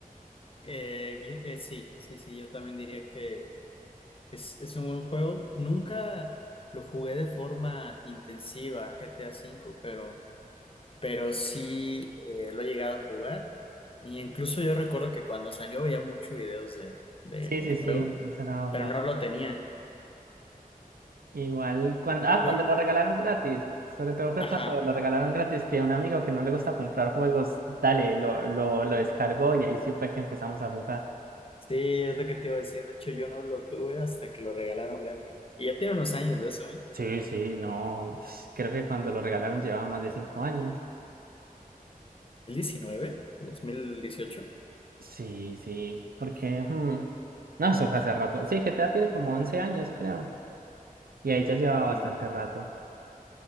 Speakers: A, on the left; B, on the right.
A: Eh, y- eh, sí, sí, sí, yo también diría que es, es un buen juego. Nunca lo jugué de forma intensiva, GTA V, pero, pero sí eh, lo he llegado a jugar. Y incluso yo recuerdo que cuando salió veía muchos videos de, de-
B: Sí,
A: del
B: sí, sí,
A: juego,
B: eso era bajo.
A: pero no lo tenía.
B: Igual cuando, ah,
A: Yo,
B: cuando lo regalaron gratis. Sobre todo fue
A: ajá.
B: cuando lo regalaron gratis que un amigo que no le gusta comprar juegos, dale, lo, lo, lo descargó y ahí sí fue que empezamos a jugar.
A: Sí, es lo que te iba a decir. De hecho, yo no lo tuve hasta que lo regalaron gratis. Y ya tiene unos años de eso, ¿eh?
B: Sí, sí, no, <sniffs> creo que cuando lo regalaron llevaba más de cinco años.
A: ¿2019? ¿2018?
B: Sí, sí, porque... hmm, No, eso fue hace rato. Sí, GTA tiene como 11 años, creo. Y ahí ya llevaba bastante
A: Mm,
B: rato.